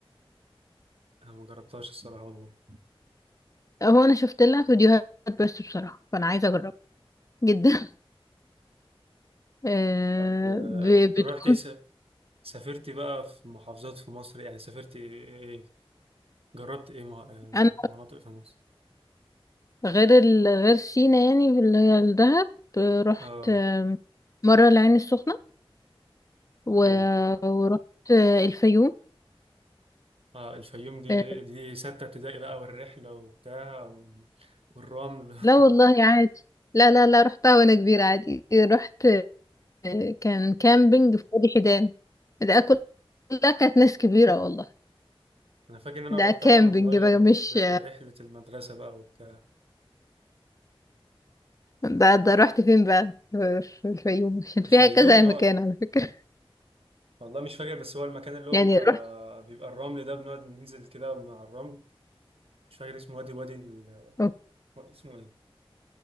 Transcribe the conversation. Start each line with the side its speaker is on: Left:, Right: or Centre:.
Right: أنا ما جربتهاش الصراحه والله
Left: هو انا شفت لها فيديوهات بس بصراحه فانا عايزه اجربها جدا <laughs> آه،
Right: طب آه،
Left: ب- بتكون
Right: رحت سافرتي بقى في محافظات في مصر يعني سافرتي ايه إيه، جربت ايه مع- يعني
Left: انا
Right: مناطق في مصر
Left: غير ال... غير سينا يعني اللي هي الدهب آه، رحت
Right: اه
Left: آه، مره العين السخنه و...
Right: حلو
Left: ورحت آه، الفيوم
Right: اه الفيوم دي إيه؟
Left: آه،
Right: دي ستة ابتدائي بقى والرحلة وبتاع وال- والرمل <laughs>
Left: لا والله عادي لا لا لا رحتها وانا كبيره عادي رحت آه، كان كامبينج في وادي حيدان ده كل- كلها كانت ناس كبيره والله
Right: انا فاكر ان انا
Left: ده
Right: رحتها
Left: كامبينج
Right: وانا صغير
Left: بقى مش
Right: في ر- رحلة المدرسة بقى وبتاع
Left: ده ده رحت فين بقى في في الفيوم عشان فيها
Right: الفيوم
Left: كذا
Right: اه
Left: مكان على فكرة
Right: والله مش فاكر بس هو المكان اللي هو
Left: <laughs> يعني
Right: بيبقى
Left: رحت
Right: بيبقى الرمل ده بنقعد ننزل كده مع الرمل مش فاكر اسمه وادي وادي ال...
Left: أوكي.
Right: اسمه ايه